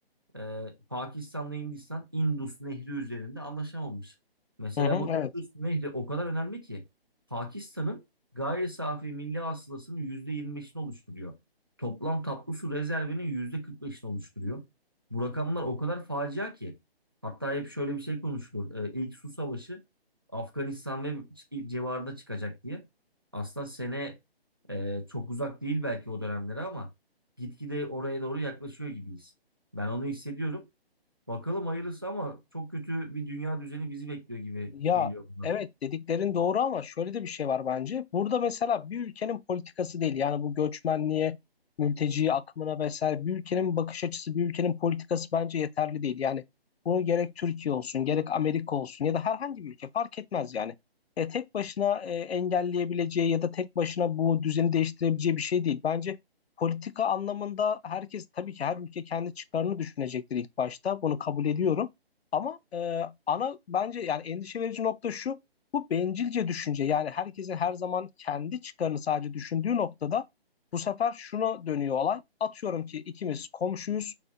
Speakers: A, on the right; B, on the left.
A: Ee, Pakistan'la Hindistan Indus Nehri üzerinde anlaşamamış. Mesela
B: Hı hı,
A: bu
B: evet.
A: Indus Nehri o kadar önemli ki Pakistan'ın gayri safi milli hasılasının %25'ini oluşturuyor. Toplam tatlı su rezervinin %45'ini oluşturuyor. Bu rakamlar o kadar facia ki hatta hep şöyle bir şey konuşulur. Ee, ilk su savaşı Afganistan ve civarında çıkacak diye. Aslında sene e, çok uzak değil belki o dönemlere ama gitgide oraya doğru yaklaşıyor gibiyiz. Ben onu hissediyorum. Bakalım hayırlısı ama çok kötü bir dünya düzeni bizi bekliyor gibi
B: Ya
A: geliyor buna.
B: evet dediklerin doğru ama şöyle de bir şey var bence. Burada mesela bir ülkenin politikası değil yani bu göçmenliğe, mülteci akımına vesaire bir ülkenin bakış açısı, bir ülkenin politikası bence yeterli değil. Yani bunu gerek Türkiye olsun, gerek Amerika olsun ya da herhangi bir ülke fark etmez yani. E, tek başına e, engelleyebileceği ya da tek başına bu düzeni değiştirebileceği bir şey değil. Bence politika anlamında herkes tabii ki her ülke kendi çıkarını düşünecektir ilk başta. Bunu kabul ediyorum. Ama e, ana bence yani endişe verici nokta şu. Bu bencilce düşünce yani herkesin her zaman kendi çıkarını sadece düşündüğü noktada bu sefer şuna dönüyor olay. Atıyorum ki ikimiz komşuyuz.